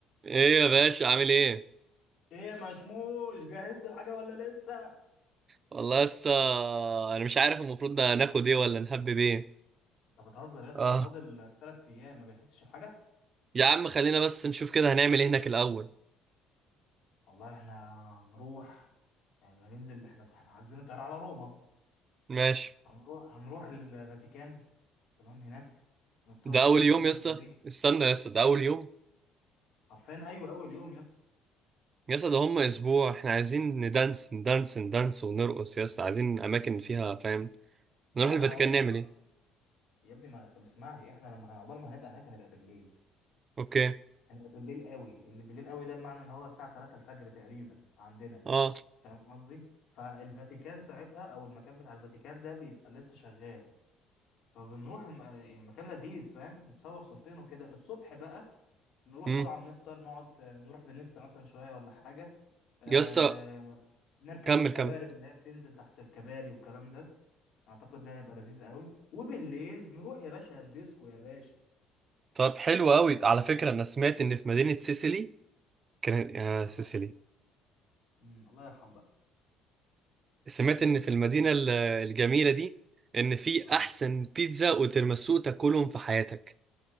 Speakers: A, on the right; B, on the left.
A: ايه يا باشا عامل ايه
B: ايه يا مشموش جهزت الحاجة ولا لسه؟
A: والله لسه انا مش عارف المفروض ده ناخد ايه ولا نهبب ايه
B: انت بتهزر يا اسطى
A: اه
B: ده فاضل تلات ايام ما جهزتش الحاجه
A: يا عم خلينا بس نشوف كده هنعمل ايه هناك الاول
B: والله احنا هنروح يعني هننزل احنا احنا حاجزين الطياره على روما
A: ماشي
B: هنروح هنروح الفاتيكان تمام هناك نتصور
A: ده اول
B: الصورتين
A: يوم يسا
B: الحلوين
A: استنى يسا ده اول يوم
B: عارفين ايوه اول يوم يس
A: يسا ده هم اسبوع احنا عايزين ندانس ندانس ندانس ونرقص يسا عايزين اماكن فيها فاهم
B: ما
A: نروح الفاتيكان
B: انا هقول
A: نعمل
B: لك آه.
A: ايه
B: يا ابني ما طب اسمعني احنا لما هنعقبال ما هنبقى هناك هنبقى بالليل
A: اوكي
B: احنا بالليل قوي اللي بالليل قوي ده بمعنى ان هو الساعه 3 الفجر تقريبا عندنا
A: اه
B: فاهم قصدي فالفاتيكان ساعتها او المكان بتاع الفاتيكان ده بيبقى لسه شغال فبنروح الم- المكان لذيذ فاهم نتصور صورتين وكده الصبح بقى نروح
A: امم
B: طبعا نفطر نقعد في نروح فينيسا مثلا شويه ولا حاجه آه...
A: يسا
B: نركب
A: كمل
B: القوارب
A: كمل
B: اللي هي بتنزل تحت الكباري والكلام ده اعتقد ده هيبقى لذيذ قوي وبالليل نروح يا باشا الديسكو يا باشا
A: طب حلو قوي على فكرة انا سمعت ان في مدينة سيسيلي كان يا
B: اه
A: سيسيلي
B: أمم، الله يرحم بقى
A: سمعت ان في المدينة ال- الجميلة دي ان في
B: اه
A: احسن بيتزا وتيراميسو تاكلهم في حياتك